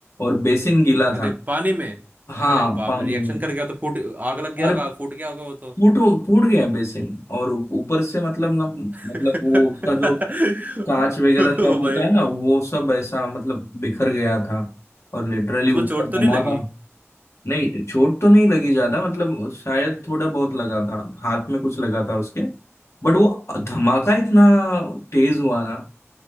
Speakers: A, on the left (about 65°); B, on the right (about 35°).
A: और बेसिन गीला
B: अरे
A: था
B: पानी में
A: हाँ
B: अरे बाप
A: पानी
B: रे रिएक्शन
A: में
B: कर गया तो फूट आग लग गया
A: और
B: होगा फूट गया होगा वो तो
A: फूट फूट गया बेसिन और ऊपर से मतलब ना मतलब
B: <laughs>
A: वो उसका जो कांच वगैरह सब
B: ओ
A: होता
B: भाई
A: है ना वो सब ऐसा मतलब बिखर गया था और लिटरली
B: उसको
A: उसका
B: चोट तो नहीं
A: धमाका
B: लगी
A: नहीं चोट तो नहीं लगी ज्यादा मतलब शायद थोड़ा बहुत लगा था हाथ में कुछ लगा था उसके बट वो धमाका इतना तेज हुआ ना